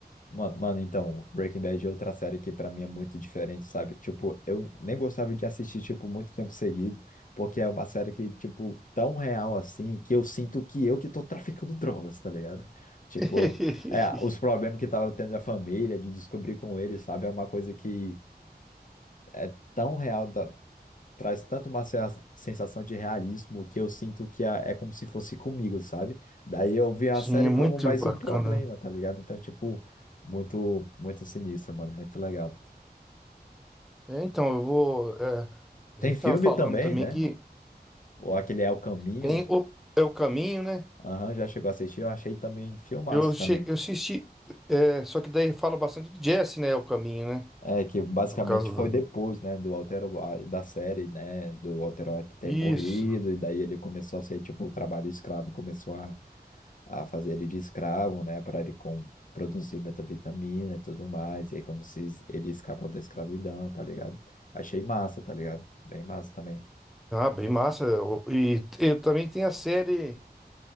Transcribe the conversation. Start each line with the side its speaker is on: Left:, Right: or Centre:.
Left: Ma- Mano, então, Breaking Bad é outra série que pra mim é muito diferente, sabe? Tipo, eu nem gostava de assistir, tipo, muito tempo seguido, porque é uma série que, tipo, tão real assim, que eu sinto que eu que tô traficando drogas, tá ligado? Tipo,
Centre: <laughs>
Left: é, os problemas que tava tendo a família, de descobrir com ele sabe? É uma coisa que é tão real, traz tanto uma sea- sensação de realismo que eu sinto que é é como se fosse comigo, sabe? Daí eu vi a
Centre: Sim,
Left: série
Centre: é muito
Left: como mais
Centre: bacana.
Left: um problema, tá ligado? Então, tipo, muito, muito sinistro, mano, muito legal.
Centre: É, então, eu vou. é,
Left: Tem
Centre: a gente
Left: filme
Centre: estava falando
Left: também,
Centre: também
Left: né?
Centre: que
Left: Ou aquele É o Caminho.
Centre: tem o, é o caminho, né?
Left: Aham, já chegou a assistir, eu achei também filmaço
Centre: Eu, che,
Left: também.
Centre: eu assisti. é, só que daí fala bastante de Jesse, né? É o caminho, né?
Left: É, que basicamente
Centre: No caso
Left: foi depois,
Centre: do.
Left: né, do Walter White, da série, né, do Walter White ter
Centre: Isso.
Left: morrido, e daí ele começou a ser, tipo, o trabalho escravo começou a a fazer ele de escravo, né, para ele com, produzir metavitamina e tudo mais, e aí como se ele escapa da escravidão, tá ligado? Achei massa, tá ligado? Bem massa também.
Centre: Ah, bem massa. Eu- E, e também tem a série.